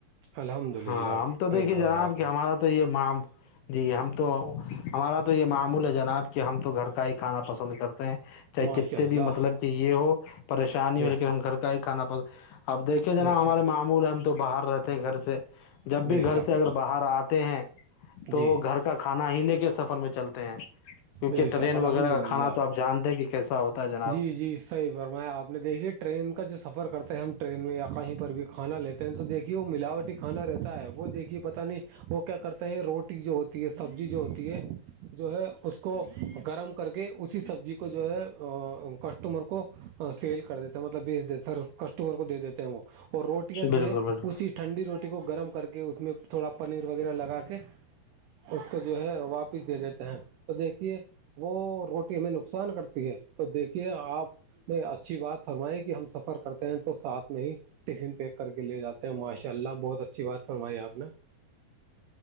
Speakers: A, on the right (about 85°); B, on the left (about 80°).
A: الحمد
B: ہاں
A: للہ
B: ہم تو
A: صحیح
B: دیکھیے جناب
A: فرمایا آپ
B: کہ
A: نے
B: ہمارا تو تو یہ مع جی ہم تو ہمارا تو یہ معمول ہے جناب کہ ہم تو گھر کا ہی کھانا پسند کرتے ہیں چاہے
A: ماشاء
B: کتتے
A: اللہ
B: بھی مطلب کہ یہ ہو پریشانی
A: بے
B: ہو لیکن
A: شک
B: ہم گھر کا ہی کھانا پس اب دیکھے جناب
A: بے
B: ہمارے
A: شک
B: معمول ہے ہم تو باہر رہتے ہیں گھر سے جب بھی
A: بے
B: گھر
A: شک
B: سے اگر باہر آتے ہیں تو
A: جی
B: گھر کا کا کھانا ہی لے کے سفر میں چلتے ہیں کیونکہ
A: بے
B: ٹرین
A: شک الحمد
B: وغیرہ کا
A: للہ
B: کھانا تو آپ جانتے ہیں کہ کیسا ہوتا ہے جناب
A: جی جی صحیح فرمایا آپ نے دیکھی ٹرین کا جو سفر کرتے ہیں ہم ٹرین میں یا کہیں پر بھی کھانا لیتے تو دیکھیے وہ ملاوٹی کھانا رہتا ہے وہ دیکھیے پتہ نہیں وہ کیا کرتے ہیں روٹی جو ہوتی ہے سبزی جو ہوتی ہے جو ہے اس کو گرم کر کے اسی سبزی کو کو جو ہے کسٹمر کو سیل کر دیتا ہیں مطلب بیچ دیتے سر کسٹمر کو دے دیتے ہیں وہ اور روٹیاں
B: بالکل
A: جو ہے
B: بالکل
A: اسی ٹھنڈی روٹی کو گرم کر کے اس میں تھوڑا پنیر وغیرہ لگا کے اس کو جو ہے واپس دے دیتے ہیں تو دیکھیے وہ روٹی ہمیں نقصان کرتی ہے تو دیکھیے آپ نے اچھی بات فرمائی کہ ہم سفر کرتے ہیں تو ساتھ میں ہی ٹفن پیک کر کے لے جاتے ہیں ماشاء اللہ بہت اچھی بات فرمائی آپ نے